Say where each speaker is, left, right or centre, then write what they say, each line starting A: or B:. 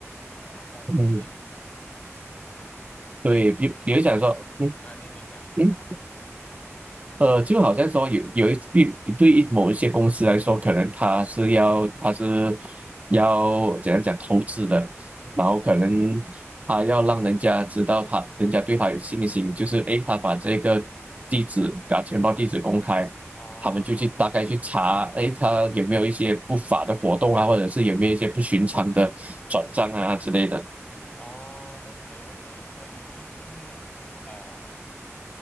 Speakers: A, on the left; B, on the right.
A: 呃东西耶。
B: 嗯，
A: 所以你平常啊，
B: 对，比比如讲说，嗯
A: 你你讲，
B: 嗯，呃，就好像说有有一对对于某一些公司来说，可能他是要他是要怎样讲投资的，
A: 嗯，
B: 然后可能他要让人家知道他人家对他有信心，就是诶，他把这个地址把钱包地址公开，
A: 哦
B: 他们就去大概去查，诶，他有没有一些不法的活动啊，或者是有没有一些不寻常的转账啊之类的。
A: 哦，OK OK，所以就是呃。